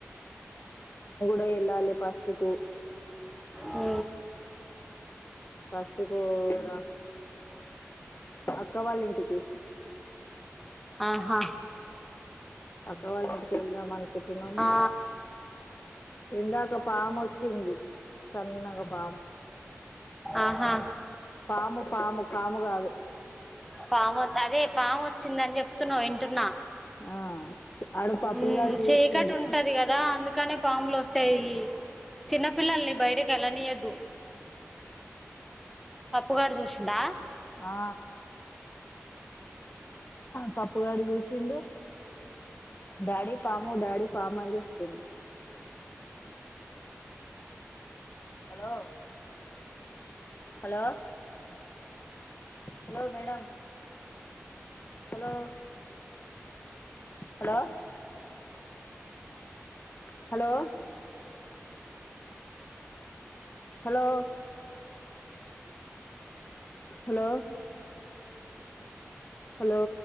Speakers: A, on the left; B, in the centre.
A: వెళ్లాలి ఫస్ట్ కు
B: ఉ
A: ఫస్ట్ కూడా అక్క వాళ్ళ ఇంటికి
B: ఆహా
A: అక్క వాళ్ళ ఇంటికి వెళ్దాం అనుకుంటున్నాము
B: ఆ
A: ఇందాక పాము వచ్చింది సన్నగా పాము
B: ఆహా
A: పాము పాము కాము కాదు
B: పాము అదే పాము వచ్చిందని చెప్తున్నావు వింటున్నా
A: ఆ ఆడు పప్పులుగాడు
B: హ్మ్
A: చూసిండు
B: చీకటి ఉంటది కదా అందుకనే పాములు వస్తాయి చిన్నపిల్లల్ని బయటకి ఎళ్ళనీయద్దు పప్పుగాడు చూసిండా
A: ఆ పప్పుగాడు చూసిండు డాడీ పాము డాడీ పాము అని చెప్పింది hello hello hello madam hello hello hello hello hello hello